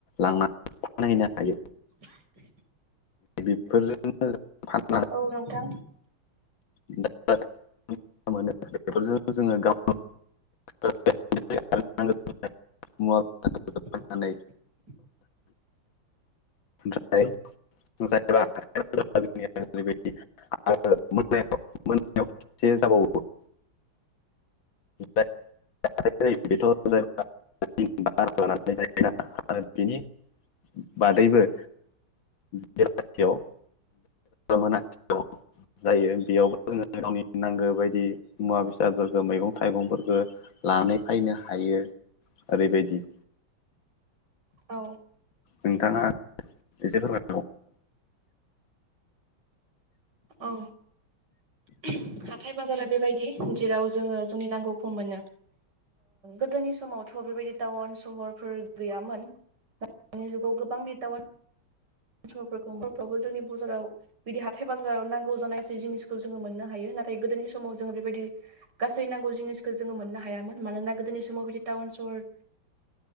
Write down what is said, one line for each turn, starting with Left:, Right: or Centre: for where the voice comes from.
Left: लांनानै फानहैनो हायो।
Right: <inaudible>
Left: बेफोरजोंनो फानना <unintelligible>
Right: औ नोंथां
Left: <unintelligible> मोनो बेफोरजों जोङो गाव मुवा बेसादफोरखौ
Right: <inaudible>
Left: फाननानै ओमफ्राय जों ओै बायदि <unintelligible> मोनाव खेबसे जाबावो <unintelligible> जायो बेथ' जोन लानानै जाहैबाय <unintelligible> आरो बिनि बादैबो बेयाव मोन <unintelligible> जायो बेयावबो जोङो गावनि नांगौ बायदि मुवा बेसादफोरखौ मैगं थाइगंफोरखौ लानानै फैनो हायो ओरैबायदि
Right: औ
Left: नोंथाङा एसे फोरमाय
Right: औ हाथाय बाजारा बेबायदि जेराव जोङो जोंनि नांगौखौ मोनो गोदोनि समावथ' बेबायदि टाउन सहरफोर गैयामोन दानि जुगाव गोबां टाउन <unintelligible> सहरफोरखौ बर'फ्रावबो जोंनि बाजाराव <unintelligible> बिदि हाथाय बाजाराव नांगौ जानाय जिनिसखौ जोङो मोननो हायो नाथाय गोदोनि समाव जोङो बेबायदि गासै नांगौ जिनिसखौ जोङो मोननो हायामोन मानोना गोदोनि समाव बिदि टाउन सहर